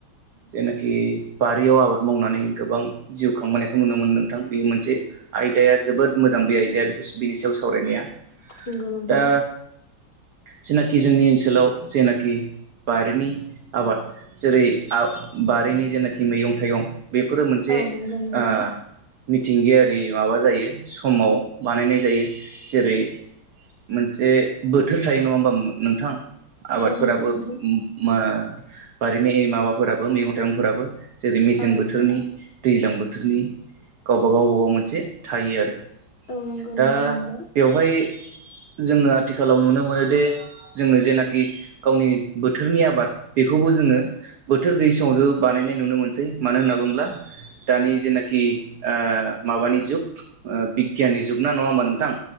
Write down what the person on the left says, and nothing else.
नंगौ नोंथां
औ नंगौ नोंथां
औ नंगौ नोंथां
औ नंगौ
नोंथां
औ नंगौ
नोंथां नंगौ